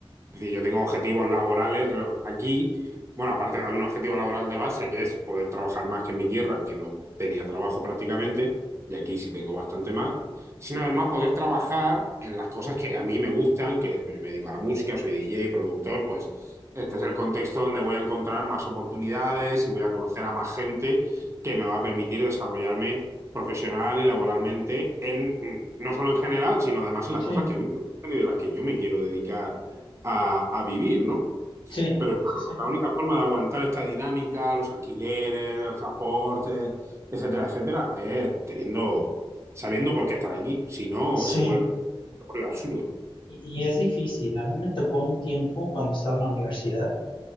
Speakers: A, on the right; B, on the left.
A: Es decir, yo tengo objetivos laborales eh, aquí. Bueno, aparte hay un objetivo laboral de base que es poder trabajar más que en mi tierra, que no tenía trabajo prácticamente, y aquí sí tengo bastante más, sino además poder trabajar en las cosas que a mí me gustan, que pues, yo me dedico a la música, soy DJ, productor, pues este es el contexto donde voy a encontrar más oportunidades y voy a conocer a más gente que me va a permitir desarrollarme profesional y laboralmente, en, no solo en general, sino además en las
B: sí,
A: cosas que a mí me gustan y de las que yo me quiero dedicar a, a vivir, ¿no?
B: sí,
A: Pero claro,
B: sí, sí.
A: la única forma de aguantar esta dinámica, los alquileres, los transportes, etcétera, etcétera, es teniendo, sabiendo por qué estar aquí. Si no,
B: Sí,
A: se vuelve, se vuelve absurdo.
B: Y, y es difícil. A mí me tocó un tiempo cuando estaba en la universidad